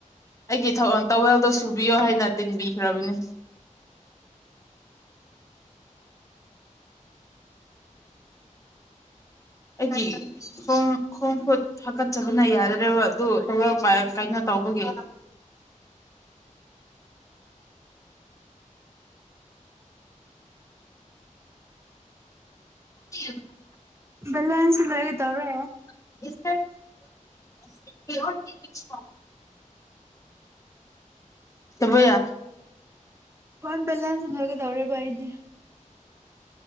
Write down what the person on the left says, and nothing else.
ꯑꯩꯒꯤ ꯊ ꯇꯧꯋꯦꯜꯗꯣ ꯁꯨꯕꯤꯌꯣ ꯍꯥꯏꯅ ꯇꯤꯟꯕꯤꯈ꯭ꯔꯕꯅꯦ ꯑꯩꯒꯤ ꯈꯣꯡ ꯈꯣꯡ ꯈꯨꯨꯠ ꯍꯥꯀꯠꯆꯕꯅ ꯌꯥꯗꯔ꯭ꯦꯕ ꯑꯗꯨ ꯇꯋꯦꯜ ꯄꯥꯏꯔꯒ ꯀꯩꯅꯣ ꯇꯧꯕꯒꯤ <inaudible>
<inaudible> ꯇꯕꯌꯥ